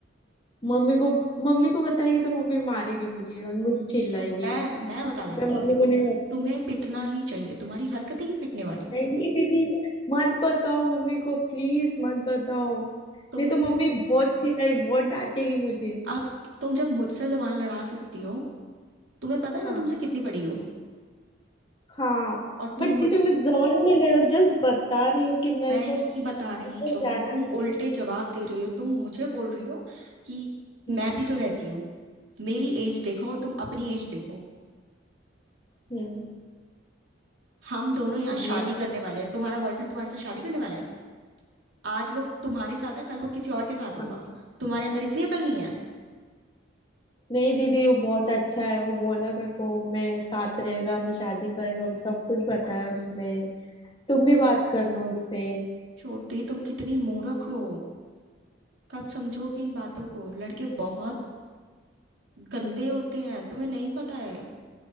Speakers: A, on the left; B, on the right.
A: मम्मी को मम्मी को बताएगी तो मम्मी मारेगी मुझे और मुझे चिल्लाएगी
B: तो मैं मैं बता देती
A: मैं मम्मी
B: हूँ मम्मी
A: को
B: को
A: नहीं
B: तुम्हें पिटना ही चाहिए तुम्हारी हरकतें ही पिटने वाली
A: नहीं
B: हैं
A: दीदी मत बताओ मम्मी को प्लीज मत बताओ नहीं
B: तुम
A: तो मम्मी बहुत चिल्लाई बहुत डांटेगी मुझे
B: अब तुम जब मुझसे जबान लड़ा सकती हो तुम्हें पता है मैं
A: हाँ
B: तुमसे कितनी बड़ी हूँ
A: हाँ
B: और तुम
A: बट
B: मुझ
A: दीदी मैं जबान नहीं लड़ा जस्ट बता रही हूँ कि मेरे
B: नहीं
A: को
B: बता
A: उधर
B: रही तुम
A: जाना
B: तुम
A: है
B: उल्टे जवाब दे रही हो तुम मुझे बोल रही हो कि
A: हम्म
B: मैं भी तो रहती हूँ मेरी एज देखो और तुम अपनी एज देखो
A: हम्म
B: हम दोनों यहाँ शादी
A: नहीं दीदी
B: करने वाले हैं तुम्हारा बॉयफ्रेंड तुम्हारे साथ शादी करने वाला है आज वो तुम्हारे साथ है कल वो किसी और के साथ होगा
A: हाँ
B: तुम्हारे अंदर इतनी अकल नहीं है
A: नहीं दीदी वो बहुत अच्छा है वो बोला मेरे को मैं साथ रहेगा मैं शादी करेगा हम सब कुछ बताया उसने तुम भी बात कर लो उससे
B: छोटी तुम कितनी मूर्ख हो कब समझोगी इन बातों को लड़के बहुत गंदे होते हैं तुम्हें नहीं पता है